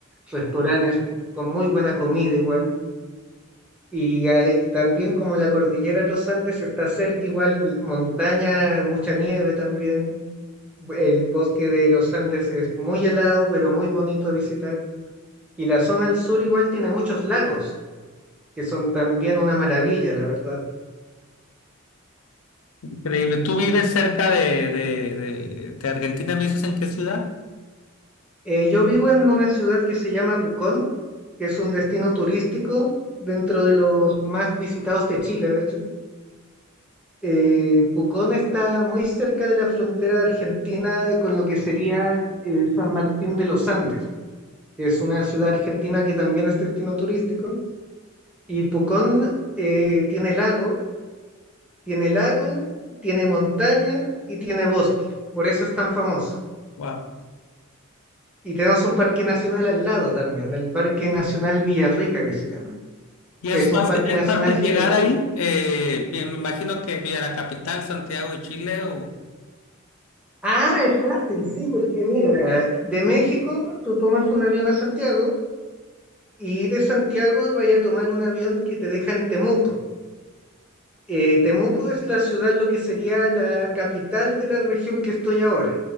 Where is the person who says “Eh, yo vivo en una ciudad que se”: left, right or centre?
Centre